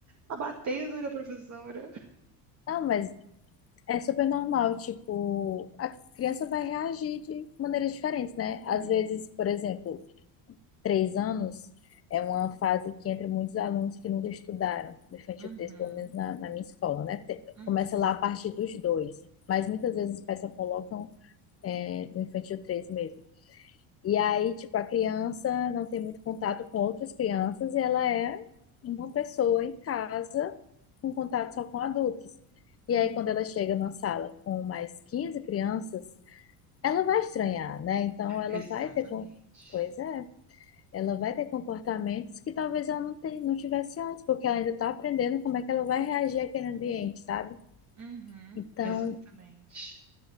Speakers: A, on the right; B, on the left.
A: tá batendo na professora.
B: Ah, mas É super normal, tipo, a criança vai reagir de maneiras diferentes, né?
A: Hum,
B: Às vezes, por exemplo, três anos é uma fase que entra muitos alunos que nunca estudaram, no infantil
A: Uhum,
B: 3 pelo menos na, na minha escola, né? Te-
A: uhum,
B: Começa lá a partir dos dois, mas muitas vezes os pais só colocam é, no infantil 3 mesmo. E aí, tipo, a criança não tem muito contato com outras crianças e ela é uma pessoa em casa com contato só com adultos. E
A: uhum.
B: aí, quando ela chega na sala com mais 15 crianças, ela vai estranhar, né? Então, ela
A: Exatamente.
B: vai ter. com- Pois é, ela vai ter comportamentos que talvez ela não, te- não tivesse antes, porque ela ainda está aprendendo como é que ela vai reagir àquele ambiente, sabe?
A: Uhum,
B: Então,
A: exatamente.